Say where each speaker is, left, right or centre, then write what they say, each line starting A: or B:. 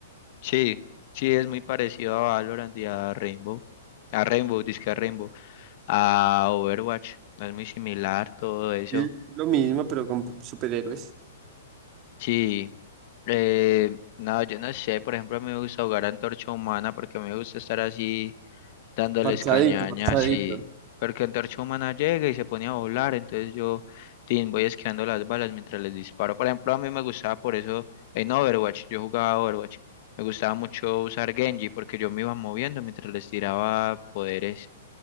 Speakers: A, on the left; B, on the right.
A: Sí, sí, es muy parecido a Valorant y a Rainbow. A Rainbow, disque a Rainbow. A Overwatch, es muy similar todo eso.
B: Sí, lo mismo, pero con superhéroes.
A: Sí. Eh, no, yo no sé, por ejemplo, a mí me gusta jugar a Antorcha Humana porque a mí me gusta estar así dándoles
B: Parchadito,
A: cañaña
B: parchadito.
A: así, porque Antorcha Humana llega y se pone a volar, entonces yo tin, voy esquivando las balas mientras les disparo. Por ejemplo, a mí me gustaba por eso en Overwatch, yo jugaba Overwatch, me gustaba mucho usar Genji porque yo me iba moviendo mientras les tiraba poderes.